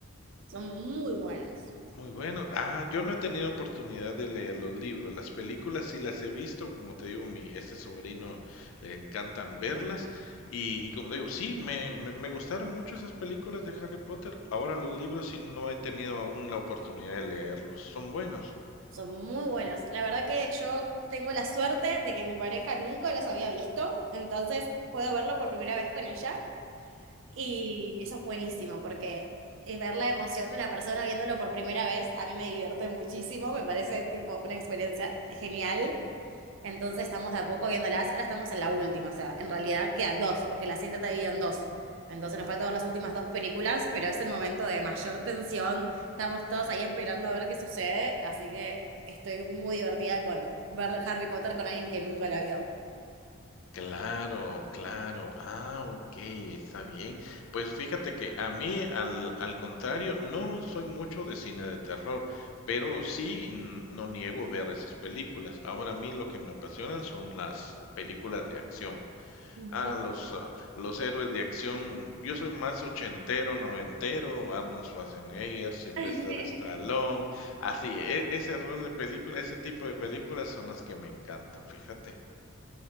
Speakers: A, on the right; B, on the left.
A: son muy buenos.
B: Muy bueno. Ah, yo no he tenido oportunidad de leer los libros. Las películas sí las he visto, como te digo, mi ese sobrino le encantan verlas. Y, y como te digo, sí, me, me, me gustaron mucho esas películas de Harry Potter. Ahora los libros sí no he tenido aún la oportunidad de leerlos. Son buenos.
A: Son muy buenos. La verdad que yo tengo la suerte de que mi pareja nunca los había visto, entonces puedo verlo por primera vez con ella. Y eso es buenísimo porque eh, ver la emoción de una persona viéndolo por primera vez, a mí me divierte muchísimo, me parece tipo una experiencia genial. Entonces estamos de a poco viéndolas, ahora estamos en la última, o sea, en realidad quedan dos, porque las siete está dividida en dos. Entonces nos falta ver las últimas dos películas, pero es el momento de mayor tensión, estamos todos ahí esperando a ver qué sucede, así que estoy muy divertida con ver Harry Potter con alguien que nunca la vio.
B: Claro, claro. Ah, ok, está bien. Pues fíjate que a mí, al, al contrario, no soy mucho de cine de terror, pero sí n- no niego ver esas películas. Ahora a mí lo que me apasionan son las películas de acción.
A: Ujú.
B: Ah, los, ah, los héroes de acción. Yo soy más ochentero, noventero, Arnold Schwarzenegger, Sylvester
A: <laughs>
B: Stallone. Así, e- ese rol de película, ese tipo de películas son las que me encantan, fíjate.